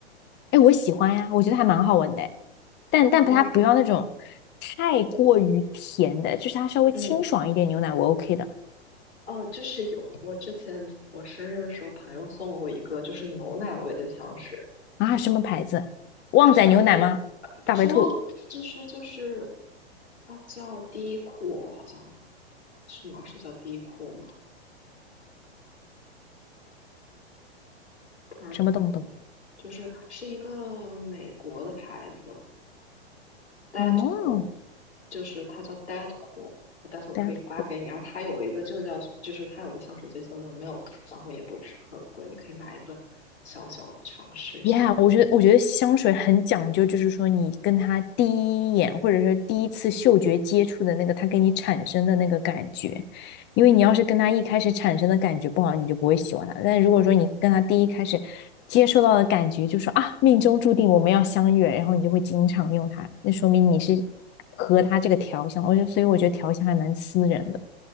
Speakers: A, on the left (about 35°); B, on the left (about 85°).
A: 哎，我喜欢呀，我觉得还蛮好闻的诶但但不它不要那种太过于甜的，
B: 哦，
A: 就是它稍微清爽一点牛奶我
B: 嗯，
A: OK 的
B: 哦，就是有我之前我生日的时候，朋友送了我一个就是牛奶味的香水，
A: 啊。什么牌子？旺仔牛奶吗？
B: 它是很也呃不是忘了，
A: 大白兔
B: 就是就是它叫 Dior，好像是吗？是叫 Dior 吗？Perfume
A: 什么东东？
B: 就是是一个美国的牌子 d e
A: 哦，
B: a d c o o l 就是它叫 Dettol，a 我待会可以发给你。
A: 大白兔。
B: 然后它有一个就叫就是它有个香水就叫做 Milk，然后也不是很贵，你可以买一个小小的尝试一下。
A: Yeah，我觉得我觉得香水很讲究，就是说你跟他第一眼，或者说第一次嗅觉接触的那个，他给你产生的那个感觉，因为你要是跟他一开始产生的感觉不好，你就不会喜欢他。但如果说你跟他第一开始接受到的感觉，就说啊，命中注定我们要相遇了然后你就会经常用它，那说明你是和他这个调香。我觉得，所以我觉得调香还蛮私人的。